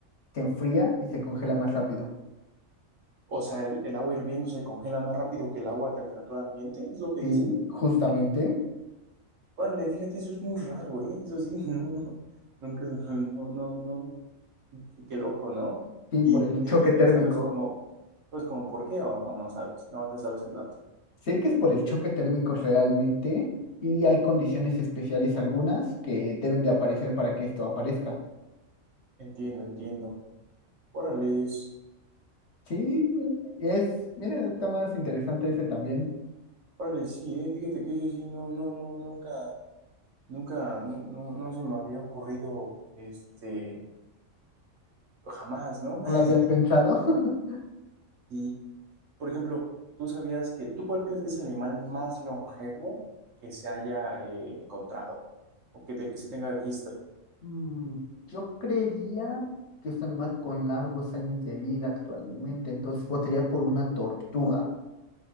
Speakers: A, on the left; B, on the right.
A: se enfría y se congela más rápido.
B: O sea, el, el agua hirviendo se congela más rápido que el agua a temperatura ambiente, ¿es lo que
A: Sí,
B: dices?
A: justamente.
B: Órale, fíjate, eso es muy raro, ¿eh? Eso sí, <laughs> no, no, nunca, se- no, no, no, qué, qué loco, ¿no?
A: Sí,
B: Y,
A: por el
B: tienes-
A: choque
B: y
A: térmico.
B: sabes cómo, pues como por qué o, o no sabes, no te sabes el dato.
A: Sé que es por el choque térmico realmente y hay condiciones especiales algunas que deben de aparecer para que esto aparezca.
B: Entiendo, entiendo. Órale, es-
A: Sí, es, mira, está más interesante ese también.
B: órale, sí, ¿eh? Fíjate que eso sí, no, no, no, nunca, nunca, no, no no se me había ocurrido, este, jamás, ¿no?
A: No lo habías
B: <laughs>
A: pensado. <laughs>
B: Sí. Por ejemplo, ¿tú sabías que, tú cuál crees que es el animal más longevo que se haya eh, encontrado o que del que se tenga registro?
A: Mm, Yo creería que es un animal con largos años de vida actualmente, entonces votaría por una tortuga.